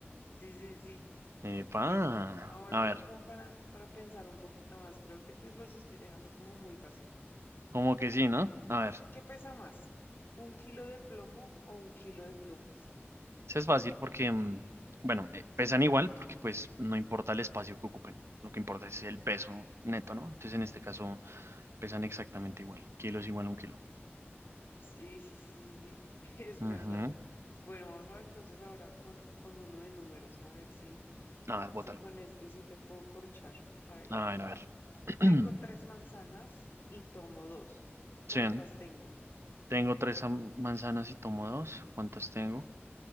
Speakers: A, on the left; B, on the right.
A: Sí, sí, sí.
B: Epa.
A: Bueno, ahora
B: A
A: uno
B: ver,
A: como para, para pensar un poquito más. Creo que te los estoy dejando como muy fácil.
B: como que sí, ¿no? A ver.
A: ¿Qué pesa más? ¿Un kilo de plomo o un kilo de plumas?
B: Eso es fácil porque, mm, bueno, eh, pesan igual porque pues no importa el espacio que ocupen, lo que importa es el peso neto, ¿no? Entonces en este caso pesan exactamente igual, kilo es igual a un kilo.
A: Sí, sí, sí, sí, sí. <laughs> Es
B: Ujú.
A: verdad. Bueno, vamos a ver entonces ahora con, con uno de números, a ver si...
B: A ver, bótalo.
A: Sí, con este sí te puedo corchar. A ver,
B: A ver, a ver. <clears throat>
A: tengo tres manzanas y tomo dos. ¿Cuántas
B: Sí,
A: tengo?
B: tengo tres am- manzanas y tomo dos. ¿Cuántas tengo?